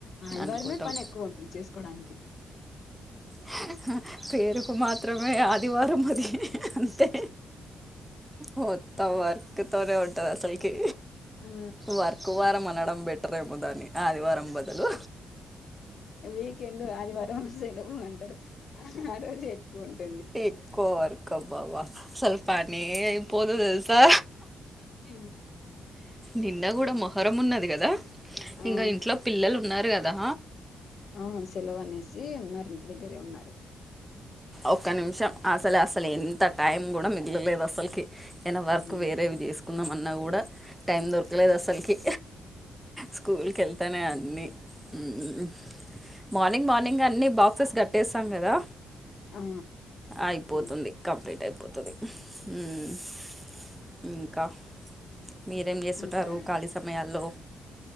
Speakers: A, on the left (about 55°); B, in the centre.
A: ఆదివారమే
B: అనుకుంటాం
A: పనెక్కువ ఉంటుంది చేస్కోడానికి.
B: హ పేరుకు మాత్రమే ఆది దివారం అది అంతే మొత్తం వర్కు తోనేవుం టది అస్సల్కి
A: ఆ
B: వర్క్ వారం అనడం బెటరేమో దాన్ని ఆదివారం బదులు
A: వీకెండు ఆదివారం సెలవు అంటరు ఆరోజే ఎక్కువుంట
B: ఎక్కువ వర్కబ్బా అస్సల్ పనే అయిపోదు దెల్సా
A: హుమ్
B: నిన్న గూడా మొహరం ఉన్నది గదా
A: అవును
B: ఇంగ ఇంట్లో పిల్లలు ఉన్నారు గదా.
A: అవున్ సెలవనేసీ ఉన్నారు ఇంటిదగ్గరే ఉన్నారు
B: ఒక్క నిమిషం అసలేఅస్సలెంత టైంగుడా మిగిలలేదు అస్సల్కి ఎన వర్కు
A: హ్మ్.
B: వేరేవి జేస్కుందాం అన్నాగూడా టైం దొర్కలేదు అసల్కి స్కూల్ కెల్తనే అన్నీ ఊ మార్నింగ్ మార్నింగే అన్ని బాక్సెస్ గట్టేస్తాం గదా
A: ఆ
B: అయిపోతుంది
A: అవును
B: కంప్లీట్ అయ్ పొతది ఉహ్ ఊ ఇంకా మీరేం జేస్తుంటారు
A: ఇంకా
B: ఖాళీ సమయాల్లో